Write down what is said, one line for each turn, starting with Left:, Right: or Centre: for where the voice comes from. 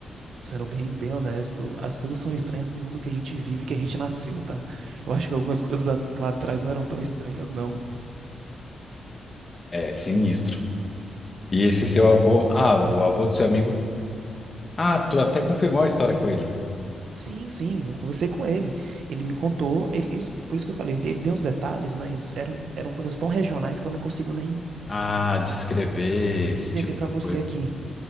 Right: Sendo bem, bem honesto, as coisas são estranhas pro mundo que a gente vive, que a gente nasceu, tá? Eu acho que algumas coisas a- lá atrás não eram tão estranhas, não.
Left: É sinistro. E esse seu avô, ah, o avô do seu amigo, ah, tu até confirmou a história com ele.
Right: Sim, sim, eu conversei com ele. Ele me contou, ele, ele- por isso que eu falei, ele deu uns detalhes, mas eram, eram coisas tão regionais que eu não consigo nem
Left: Ah, descrever
Right: descrever
Left: esse tipo
Right: pra
Left: de
Right: você
Left: coisa.
Right: aqui.